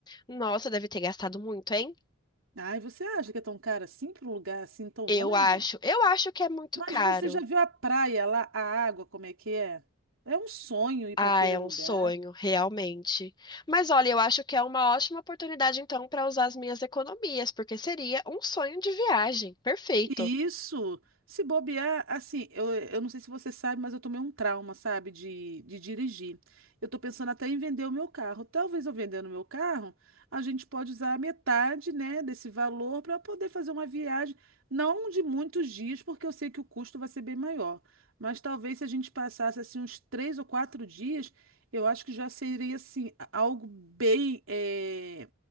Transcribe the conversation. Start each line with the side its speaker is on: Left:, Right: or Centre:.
Left: Nossa, deve ter gastado muito, hein?
Right: Ai, você acha que é tão caro assim para um lugar assim tão
Left: Eu
Right: longe?
Left: acho. Eu acho que é muito
Right: Mas
Left: caro.
Right: você já viu a praia lá, a água, como é que é? É um sonho ir
Left: Ah,
Right: para aquele
Left: é
Right: lugar.
Left: um sonho, realmente. Mas olha, eu acho que é uma ótima oportunidade então para usar as minhas economias, porque seria um sonho de viagem. Perfeito.
Right: Isso, se bobear, assim, eu, eu não sei se você sabe, mas eu tomei um trauma, sabe, de, de dirigir. Eu tô pensando até em vender o meu carro. Talvez eu vendendo o meu carro, a gente pode usar a metade, né, desse valor para poder fazer uma viagem, não de muitos dias, porque eu sei que o custo vai ser bem maior. Mas talvez se a gente passasse, assim, uns três ou quatro dias, eu acho que já seria, assim, a- algo bem, eh,